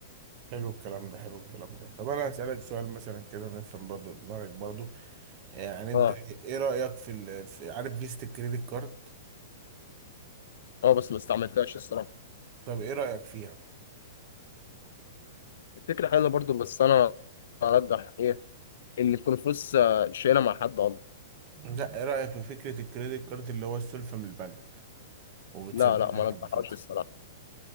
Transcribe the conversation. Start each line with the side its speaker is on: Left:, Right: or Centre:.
Right: حلو الكلام ده حلو الكلام ده طب انا هسألك سؤال مثلا كده نفهم برضو دماغك برضو آه، يعني انت
Left: اه
Right: ايه رأيك في, ال... في عارف فيزة الكريدت كارد
Left: اه بس ما استعملتهاش الصراحه
Right: طب ايه رأيك فيها
Left: الفكره حلوه برضو بس انا ارجح ايه ان تكون فلوس آه، شايلها مع حد والله
Right: لا ايه رأيك في فكرة الكريدت كارد اللي هو السلفة من البنك وبتسددها
Left: لا لا ما
Right: بعد
Left: ارجحهاش
Right: فترة
Left: الصراحه